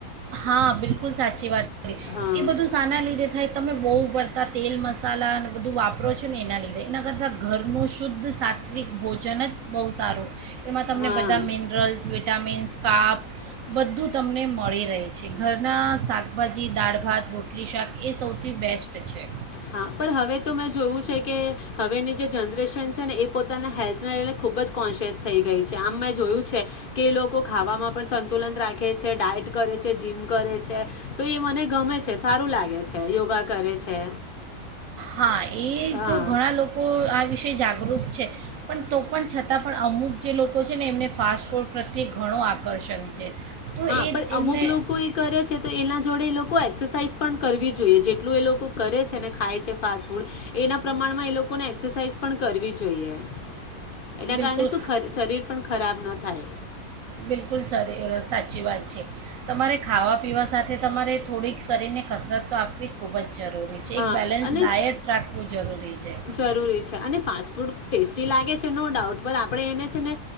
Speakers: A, on the right; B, on the left.
A: હા. બિલ્કુલ સાચી વાત.
B: હા
A: એ બધું શાના લીધે થાય? તમે બહુ પડતા તેલ મસાલાને એબધું વાપરો છો ને! એના લીધે એના કરતા ઘરનું શુદ્ધ શા <inaudible> <unintelligible> ભોજન જ બહુ સારું. એમાં તમને
B: હા
A: બધા મિનરલ્સ, વિટામિન્સ. કાર્બસ્ બધું તમને મળી રહે છે. ઘરનાં શાકભાજી, દાળ-ભાત, રોટલી-શાક એ સૌથી બેસ્ટ છે.
B: હા. પણ હવે તો મેં જોયું છે કે હવેની જે જનરેશન છે ને એ પોતાના હેલ્થને લઈને ખૂબ જ કોન્સિયસ થઈ ગઈ છે. આમ, મેં જોયું છે કે એ લોકો ખાવામાં પણ સંતુલન રાખે છે, ડાયટ કરે છે, જીમ કરે છે તો એ મને ગમે છે સારું લાગે છે યોગા કરે છે.
A: હા.. એ
B: હા
A: જો ઘણાલોકો આ વિશે જાગૃત છે.. પણ તો પણ છતાંપણ, અમુક જે લોકો છેને એમને ફાસ્ટફૂડ પ્રત્યે ઘણું આકર્ષણ છે.. તો
B: હા
A: એ
B: પણ, અમુક
A: એમને
B: લોકો એ કરે છે તો એના જોડે એ લોકો એક્સરસાઇઝ પણ કરવી જોઈએ જેટલું એ લોકો કરે છે ને ખાય છે ફાસ્ટફૂડ એના પ્રમાણમાં એ લોકોને એક્સરસાઇઝ પણ કરવી જોઈએ. એના
A: બિલકુલ
B: કારણે શું <unintelligible> શરીર પણ ખરાબ ન <inaudible> થાય.
A: બિલકુલ સરી સાચી વાત છે તમારે ખાવા પીવા સાથે તમારે થોડીક શરીરને કસરત તો આપવી ખૂબ જ જરૂરી છે
B: હા
A: એક બેલેન્સ
B: અને
A: ડાયટ રાખવું જરૂરી છે
B: જરૂરી છે અને ફાસ્ટ ફૂડ ટેસ્ટી લાગે છે નો ડાઉટ પણ આપણે એને છે ને